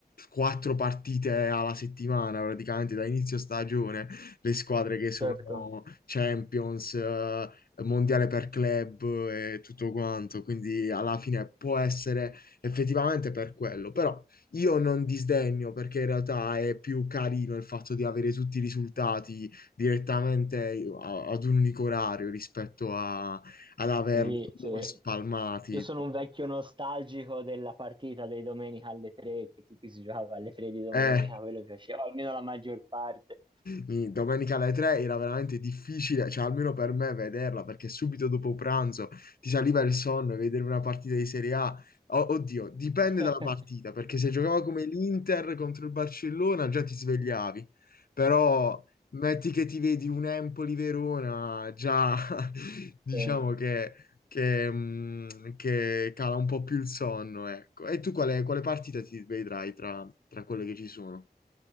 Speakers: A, on the left (about 60°); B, on the right (about 30°).
A: quattro partite alla settimana, praticamente da inizio stagione, le squadre che sono
B: Certo,
A: Champions, eh, Mondiale per club e tutto quanto, quindi alla fine può essere effettivamente per quello, però... Io non disdegno perché in realtà è più carino il fatto di avere tutti i risultati direttamente a- ad un unico orario rispetto a- ad averli
B: sì,
A: comunque
B: sì.
A: spalmati.
B: Io sono un vecchio nostalgico della partita dei domenica alle tre, che tutti si giocava alle tre di domenica,
A: Eh,
B: quello che piaceva, almeno la maggior parte.
A: Mi- Domenica alle 3 era veramente difficile, cioè almeno per me vederla, perché subito dopo pranzo ti saliva il sonno e vedere una partita di Serie A. o- oddio, dipende
B: <laughs>
A: dalla partita, perché se giocava come l'Inter contro il Barcellona già ti svegliavi, però metti che ti vedi un Empoli-Verona, già <laughs> diciamo
B: Certo.
A: che, che, mh, che cala un po' più il sonno, ecco. E tu quale, quale partita ti vedrai tra, tra quelle che ci sono?